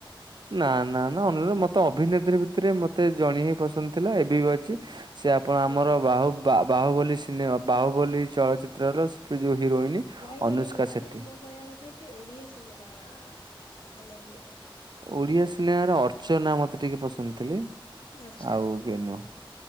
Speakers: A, on the right; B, on the left.
A: ନା, ନା, ନା ଅନୁରୋଧ ମତେ ଅଭିନେତ୍ରୀ ଭିତରେ ମତେ ଜଣ ହିଁ ପସନ୍ଦ ଥିଲା ଏବେ ବି ଅଛି ସେ ଆପଣ
B: କିଏ
A: ଆମର
B: ସେ?
A: ବାହୁ ବା ବାହୁବଳୀ ସିନେମା ବାହୁବଳୀ ଚଳଚିତ୍ର ର ସେ ଯୋଉ ହିରୋଇନ।
B: ନାଇଁ
A: ଅନୁଷ୍କା
B: ନାଇଁ ମାନେ
A: ସେଠୀ।
B: ମୋ କହିବା କଥା କି ଓଡିଆ ସିନେମା ମାନେ ଇଏରେ।
A: ଓଡିଆ ସିନେମାର ଅର୍ଚ୍ଚନା ମତେ ଟିକେ ପସନ୍ଦ ଥିଲେ।
B: ଆଚ୍ଛା
A: ଆଉ କେହିନୁହେଁ।